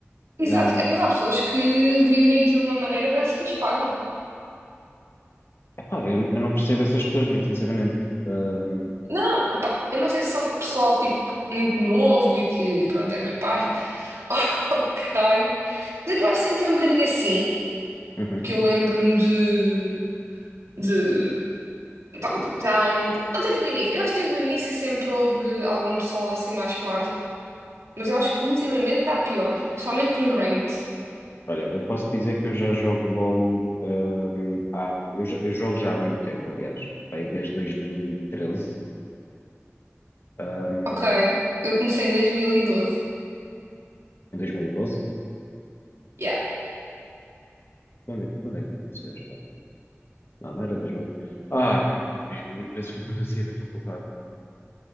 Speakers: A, on the right; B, on the left.
A: Exato.
B: Ah,
A: Mas há pessoas que vivem aquilo de uma maneira, parece que lhes pagam.
B: epá, eu, eu não percebo essas pessoas, muito sinceramente. Ahm,
A: Não, epá, eu não sei se são pessoal tipo muito novo e que pronto é meio parvo. <laughs> Oh, raio. Mas é que eu acho que sempre foi um bocadinho assim,
B: uhum.
A: que eu lembro-me de, de tá- tá um- desde o início. Eu acho que desde o início sempre houve algum pessoal assim mais parvo, mas eu acho que ultimamente está pior, especialmente no ranked.
B: Olha, eu posso dizer que eu já jogo LOL, ahm, há- eu, já- eu jogo já há muito tempo, aliás, Bem, desde 2013, ahm,
A: Ok, eu comecei em 2012.
B: em 2012.
A: Yeah.
B: Quando é, quando é que eu comecei a jogar? Não, não era 2013. Ah, não, 2013 foi quando eu saí da faculdade.